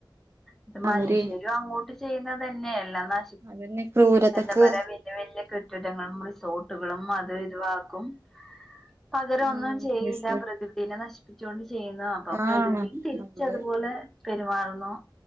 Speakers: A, in the centre; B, on the right.
A: അത് മനുഷ്യരും
B: അവര്
A: അങ്ങോട്ട് ചെയ്യുന്നത് തന്നെയല്ല ന
B: അവന്നെ ക്രൂരതക്ക്
A: എന്താ പറയാ വലിയ വലിയ കെട്ടിടങ്ങളും റിസോർട്ടുകളും അത് ഒഴിവാക്കും പകരംഒന്നും
B: ഉം
A: ചെയ്യില്ല
B: വിസ
A: പ്രകൃതിനെ നശിപ്പിച്ചുകൊണ്ട് ചെയ്യുന്നു അപ്പൊ
B: ആഹ്
A: പ്രകൃതി തിരിച്ചതുപോലെ
B: നമ്മള്
A: പെരുമാറുന്നു